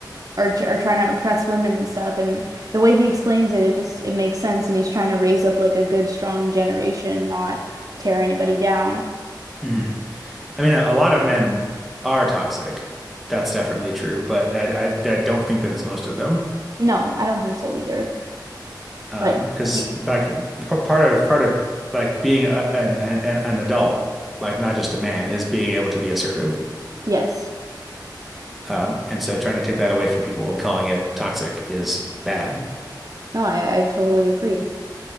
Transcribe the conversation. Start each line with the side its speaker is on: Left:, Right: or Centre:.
Right: are are trying to oppress women and stuff and the way he explains it it just it makes sense and he's trying to raise up like a good strong generation, not tear anybody down.
Centre: hmm I mean, a, a lot of men are toxic. That's definitely true, but I, I I don't think that it's most of them.
Right: No, I don't think so either.
Centre: um
Right: But
Centre: because
Right: you,
Centre: like p- part of part of like being a, an, an an adult like not just a man is being able to be assertive
Right: yes.
Centre: um and so trying to take that away from people and calling it toxic is bad
Right: No, I I totally agree.